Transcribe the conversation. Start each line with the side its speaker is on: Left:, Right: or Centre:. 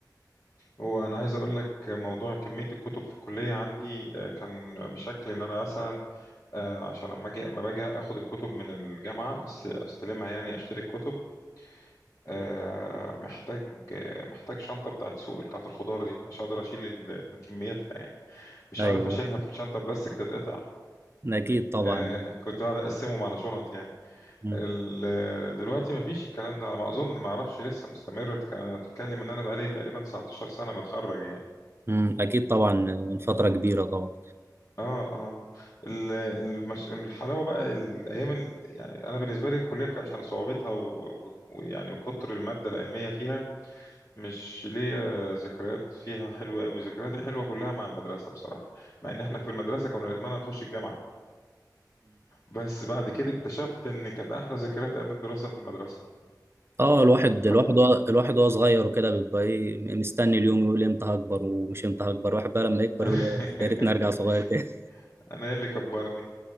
Left: وانا عايز اقول لك موضوع كميه الكتب في الكليه عندي آه، كان بشكل ان انا مثلا آه، عشان لما اجي لما باجي اخد الكتب من الجامعه أس- استلمها يعني اشتري الكتب آه، محتاج آه، محتاج شنطه بتاعت سوق بتاعت الخضار دي عشان اقدر اشيل ال- من كمياتها يعني مش
Right: ايوه
Left: عارف اشيلها في شنطه بلاستيك تتقطع
Right: اكيد طبعا
Left: آه، كنت قاعد اقسمهم على شنط يعني
Right: مم.
Left: ال- دلوقتي مفيش الكلام ده على ما اظن ما اعرفش لسه مستمر تك- تتكلم ان انا بقالي تقريبا 19 سنه متخرج يعني
Right: مم. اكيد طبعا آه، من فترة كبيرة طبعا
Left: اه اه ال- المش... الحلاوه بقى الايام ال... يعني انا بالنسبه لي الكليه كان عشان صعوبتها و- و- ويعني وكتر الماده العلميه فيها مش ليا ذكريات فيها حلوه قوي ذكرياتي حلوه كلها مع المدرسه بصراحه مع ان احنا في المدرسه كنا نتمنى نخش الجامعه بس بعد كده اكتشفت ان كانت احلى ذكريات ايام الدراسه في المدرسه
Right: اه الواحد الواحد
Left: اكتر
Right: وهو- الواحد وهو صغير وكده بيبقى ايه مستني اليوم يقول امتى هكبر ومش امتى هكبر الواحد بقى لما يكبر
Left: <laughs>
Right: يقول إيه، يا ريتني ارجع صغير تاني <laughs>
Left: انا اللي كبرني